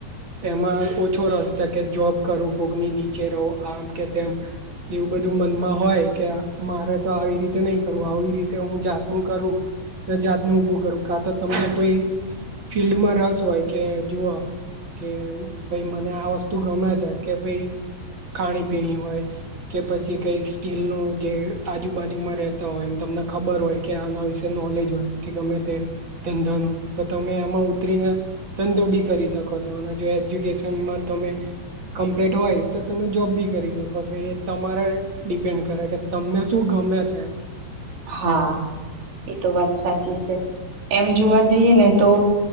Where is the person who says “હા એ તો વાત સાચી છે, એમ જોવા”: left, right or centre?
Right